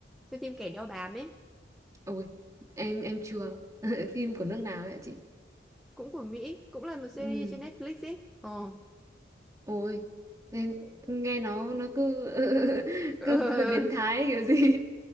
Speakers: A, in the centre; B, on the right (about 20°).
A: xem phim kẻ đeo bám ấy
B: ôi em em chưa <laughs> phim của nước nào ấy ạ chị
A: cũng của Mỹ cũng là một series
B: ừ
A: trên Netflix ấy ờ
B: ôi nên nghe nó nó cứ <laughs>
A: <laughs>
B: cứ hơi biến thái kiểu gì